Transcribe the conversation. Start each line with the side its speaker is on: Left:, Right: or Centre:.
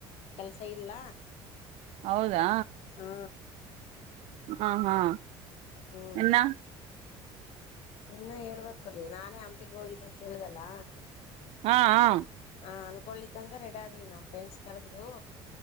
Left: ಕೆಲ್ಸ ಇಲ್ಲ.
Right: ಹೌದಾ.
Left: ಹಾ
Right: ಹಾ ಹಾ
Left: ಹ್ಮ್
Right: ಇನ್ನ
Left: ಇನ್ನ ಹೇಳ್ಬೇಕರಿ ನಾನೇ ಹಂಪಿಗ ಹೋಗಿದ್ದ ಅಂತ ಹೇಳ್ದಲ್ಲ.
Right: ಹಾಂ ಹಾ
Left: ಹ ಅನ್ಕೊದ್ದಂಗ ರೆಡಿ ಆದ್ವಿ ನಮ್ ಫ್ರೆಂಡ್ಸ್ ಕರ್ದ್ರು.